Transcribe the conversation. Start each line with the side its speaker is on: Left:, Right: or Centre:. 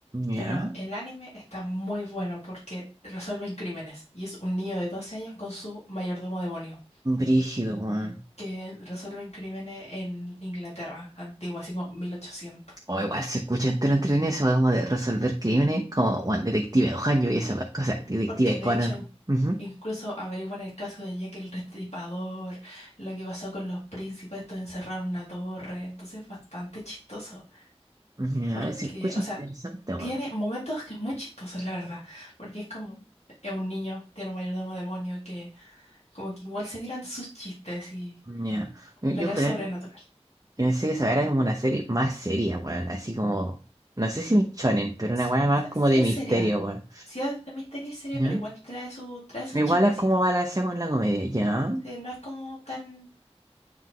Right: ya.
Left: pero el anime está muy bueno porque resuelven crímenes. Y es un niño de 12 años con su mayordomo demonio,
Right: Brígido, weón.
Left: que resuelven crímenes en Inglaterra antigua, así como 1800.
Right: O igual se escucha entero entretenido eso como de resolver crímenes, como weón, Detective Ohanyo y esa weá, cosa, Detective
Left: Porque de
Right: Conan.
Left: hecho in-
Right: Ujú.
Left: incluso averiguan el caso de Jack el Restripador, lo que pasó con los príncipes, estos encerrados en una torre, entonces es bastante chistoso,
Right: Ya,
Left: porque,
Right: se escucha
Left: o
Right: interesante,
Left: sea,
Right: weón.
Left: tiene momentos que es muy chistoso, la verdad, porque es como es un niño, tiene un mayordomo demonio que como que igual se tiran sus chistes y
Right: Ya. Yo yo
Left: pero
Right: juraba
Left: es sobrenatural.
Right: que pensé que esa weá era como una serie más seria, weón. Así como, no sé si un shonen, pero
Left: S-
Right: una weá
Left: O
Right: más
Left: sea,
Right: como
Left: sí
Right: de
Left: es
Right: misterio,
Left: seria,
Right: weón.
Left: sí es de misterio y seria,
Right: Ya.
Left: pero igual trae su trae sus
Right: Igual
Left: chistecitos.
Right: es como balancear con la comedia, ya.
Left: Sí, no es como tan